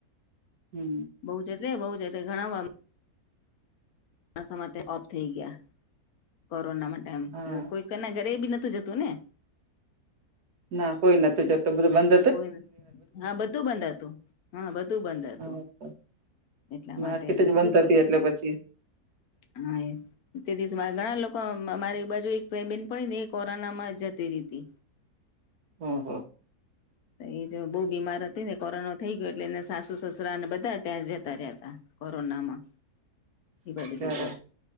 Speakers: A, on the right; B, on the left.
A: હમ
B: બઉ જ એટલે બઉુ જ એટલે ઘણા માં ઓફ થઈ ગયા કોરોના ટાઈમ
A: હા
B: કોઈક ના ઘરે બી નતું જતું ને
A: ના કોઈ નતુ, જતો બધું બ
B: કોઈ હા બધું બંધ હતું હા બધું બંધ હતુ
A: હા,
B: એટલા
A: માર્કેટ
B: માટે મેં
A: જ
B: કીધું
A: બંધ
B: પૂછ,
A: હતી એટલે પછી
B: હા તે દિવસ ઘણા લોકો મારી બાજુ એક બેન પણ ને એ કોરોનામાં જતી રીતી
A: હમ હ
B: એ જો બહુ બીમાર હતી ને કોરોના થઇ ગયો એટલે એને સાસુ સસરા અને બધા ત્યાં જ હતા કોરોના માં હ બાજુ
A: બરા
B: બીકર